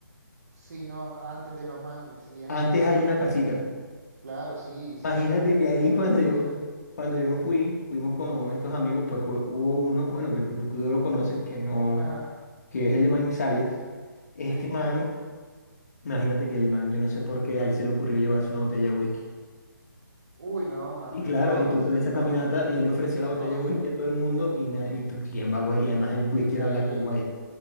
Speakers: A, on the right; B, on the left.
A: Sí, no, antes de los mangles, sí, es
B: Antes
A: antes de los
B: hay
A: mangles.
B: una casita.
A: Claro, sí, sí,
B: Imagínate
A: hay varias, hay,
B: que ahí
A: es como
B: <laughs> cuando
A: una finquita.
B: yo, cuando
A: Ujú.
B: yo fui, fuimos con estos amigos, pues hu- hubo uno, bueno, que el- tú tú lo conoces, que no,
A: Ajá,
B: que es el de Manizales. Este
A: sí.
B: man, imagínate que el man, yo no sé por qué, a él se le ocurrió llevarse una botella de whisky.
A: Uy, no, mano,
B: Y
A: eso-
B: claro,
A: no,
B: y tú
A: eso-
B: con esa
A: no,
B: caminata, y él le ofreció la botella
A: no,
B: de
A: eso
B: whisky
A: que, me-
B: a todo el mundo, y, na- y tú, ¿quién va, güey? Y además el whisky
A: que nadie
B: era Black
A: quiere.
B: and White.